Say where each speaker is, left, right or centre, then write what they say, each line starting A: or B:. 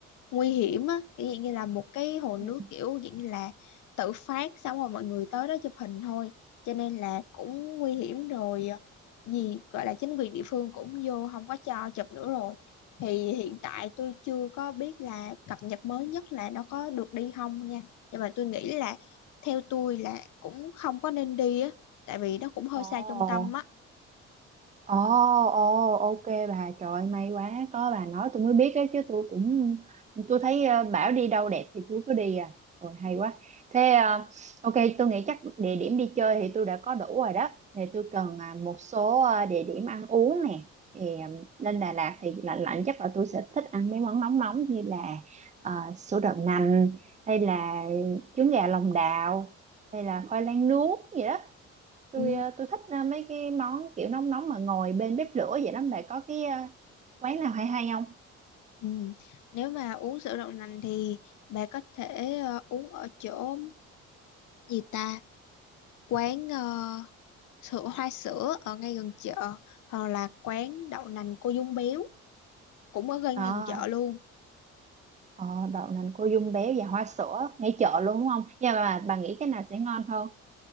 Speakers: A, on the left; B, on the right.
A: nguy hiểm á kiểu dạng như là một cái hồ
B: ừ.
A: nước kiểu dạng như là tự phát xong rồi mọi người tới đó chụp hình thôi cho nên là cũng nguy hiểm rồi ờ, gì gọi là chính quyền địa phương cũng vô không có cho chụp nữa rồi thì hiện tại tôi chưa có biết là cập nhật mới nhất là nó có được đi không nha nhưng mà tôi nghĩ là theo tôi là cũng không có nên đi á tại vì nó cũng hơi
B: Ồ.
A: xa trung tâm á
B: Ồ, ồ, ok bà, trời ơi, may quá, có bà nói tôi mới biết đấy chứ tôi cũng, tôi thấy ờ, bảo đi đâu đẹp thì tôi cứ đi à, rồi hay quá. Thế ờ, ok, tôi nghĩ chắc địa điểm đi chơi thì tôi đã có đủ rồi đó, thì tôi cần à, một số ờ, địa điểm ăn uống nè, thì ờ, lên Đà Lạt thì lạnh lạnh chắc là tôi sẽ thích ăn mấy món nóng nóng như là ờ, sữa đậu nành, hay là trứng gà lòng đào, hay là khoai lang nướng vậy đó tôi
A: ừ,
B: ờ, tôi thích ờ, mấy cái món kiểu nóng nóng mà ngồi bên bếp lửa vậy lắm bà có cái ờ, quán nào hay hay không
A: ừ. Nếu mà uống sữa đậu nành thì bà có thể ờ, uống ở chỗ gì ta quán ờ, sữa hoa sữa ở ngay gần chợ hoặc là quán đậu nành cô Dung Biếu cũng ở gần
B: ờ
A: gần chợ luôn
B: ờ, đậu nành cô dung béo và hoa sữa ngay chợ luôn đúng không nhưng mà bà nghĩ cái nào sẽ ngon hơn